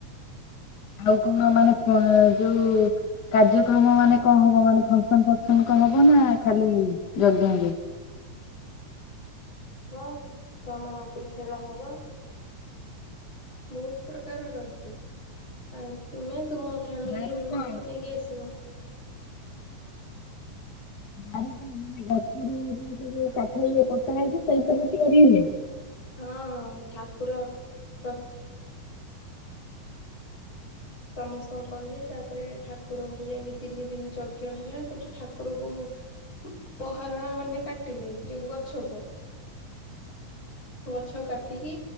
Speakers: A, on the left (about 60°); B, on the left (about 35°).
A: ଆଉ କଣ ମାନେ ଫୋନରେ ଯୋଉ କାର୍ଯ୍ୟକ୍ରମ ମାନେ କଣ ହବ ମାନେ ଫଙ୍କସନ-ଫଙ୍କସନ କଣ ହବ ନା ଖାଲି ଯଜ୍ଞ ଯୋଉ
B: ହବ, ଛୁଆମାନଙ୍କ ପାଇଁ ଖେଳ ହବ। ବହୁତ ପ୍ରକାର ରହିଛି, ଆଉ ତୁମେ ତୁମ ଫ୍ୟାମିଲି
A: ଦାରୁ
B: ମେମ୍ବରକୁ
A: କଣ
B: ନେଇକି ଆସିବ।
A: ଦାରୁ କଁ ମାନ ଗଛୁର ଯୋଉ ସେଇ ଯୋଉ କାଠ ଇଏ କଟା ହେଇକି ସେଇଥୀରେ ସବୁ ତିଆରି ହୁଏ।
B: ହଁ ଠାକୁର। ପ୍ର <inaudible> ସମସ୍ତଙ୍କୁ କହିଲେ, ତାପରେ ଠାକୁରଙ୍କୁ ଯାଇକି ତିନି ତିନି ଯଜ୍ଞ ହେଲା ସେଠି ଠାକୁରଙ୍କ ମୁ ମହାରଣା ମାନେ କାଟିଲେ ଯୋଉ ଗଛକୁ। ଗଛ କାଟିକି